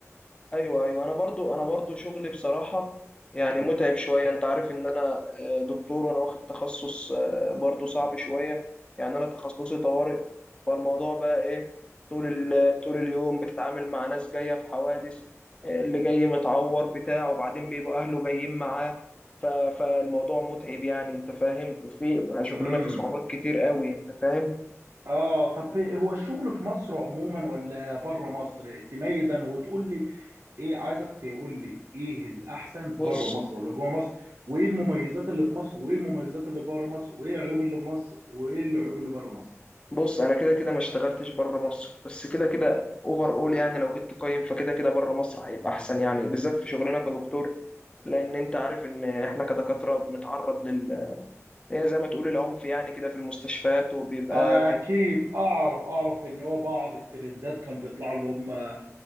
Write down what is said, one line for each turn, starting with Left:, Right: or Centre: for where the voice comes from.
Left: ايوه ايوه انا برضو انا برضو شغلي بصراحه يعني متعب شويه انت عارف ان انا آه، دكتور وانا واخد تخصص آه، برضو صعب شويه يعني انا تخصصي طوارئ فالموضوع بقى ايه طول ال- طول اليوم بتتعامل مع ناس جايه في حوادث آه، اللي جاي متعور بتاع وبعدين بيبقى اهله جايين معاه ف- فالموضوع متعب يعني انت فاهم في شغلنا
Right: يعني
Left: فيه صعوبات كتير قوي انت فاهم
Right: اه طب هو الشغل في مصر عموما ولا بره مصر تميز انا وتقول لي ايه عايزك تقول لي ايه الاحسن
Left: بص
Right: بره مصر ولا جوه مصر وايه المميزات اللي في مصر وايه المميزات اللي بره مصر وايه العيوب اللي في مصر وايه العيوب اللي بره مصر
Left: بص انا كده كده ما اشتغلتش بره مصر بس كده كده اوفر اول يعني لو جيت تقيم فكده كده بره مصر هيبقى احسن يعني بالذات في شغلنا كدكتور لان انت عارف ان احنا كدكاتره بنتعرض لل هي زي ما تقول العنف يعني كده في المستشفيات وبيبقى
Right: اكيد اعرف اعرف ان هو بعض الترندات كان بيطلعوا اللي هم آه،